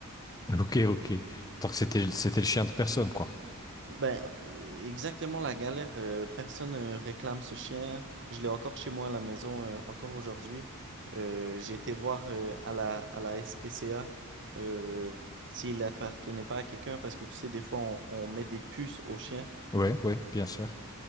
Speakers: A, on the left (about 15°); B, on the right (about 55°).
A: Ok, ok. Donc, c'était, c'était le chien de personne, quoi.
B: Ben euh, exactement la galère, euh, personne euh, réclame ce chien. Je l'ai encore chez moi à la maison euh, encore aujourd'hui. Euh, j'ai été voir euh, à la à la SPCA euh, s'il appartenait pas à quelqu'un parce que tu sais des fois on, on met des puces aux chiens.
A: Ouais, ouais, bien sûr.